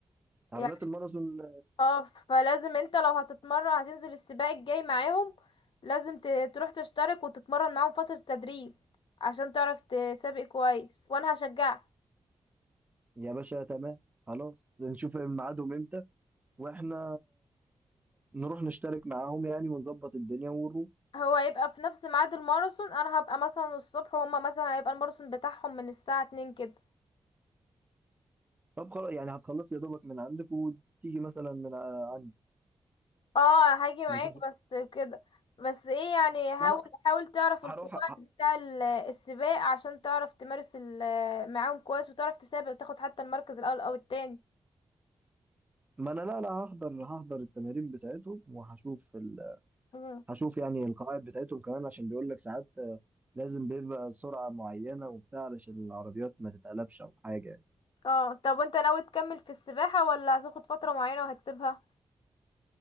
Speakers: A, on the right; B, on the left.
A: عربيات
B: يعني
A: الماراثون
B: اه فلازم انت لو هتتمرن هتنزل السباق الجاي معاهم لازم ت- تروح تشترك وتتمرن معاهم فترة تدريب عشان تعرف تسابق كويس وانا هشجعك
A: يا باشا تمام خلاص نشوف ميعادهم امتى واحنا نروح نشترك معاهم يعني ونظبط الدنيا ونروح
B: هو هيبقى في نفس ميعاد الماراثون انا هبقى مثلا الصبح وهما مثلا هيبقى الماراثون بتاعهم من الساعة 2 كده
A: طب خلاص يعني هتخلص يا دوبك من عندك وتيجي مثلا من ع- عندي
B: اه هاجي معاك
A: نشوف
B: بس كده بس ايه يعني حاول
A: ما انا
B: حاول تعرف القواعد
A: هروح أ-
B: بتاع ال- السباق عشان تعرف تمارس ال- معاهم كويس وتعرف تسابق وتاخد حتى المركز الاول او التاني
A: ما انا لا لا هحضر هحضر التمارين بتاعتهم وهشوف ال...
B: مم.
A: هشوف يعني القواعد بتاعتهم كمان عشان بيقول لك ساعات آه، لازم بيبقى سرعة معينة وبتاع علشان العربيات ما تتقلبش او حاجة يعني
B: اه طب وانت ناوي تكمل في السباحة ولا هتاخد فترة معينة وهتسيبها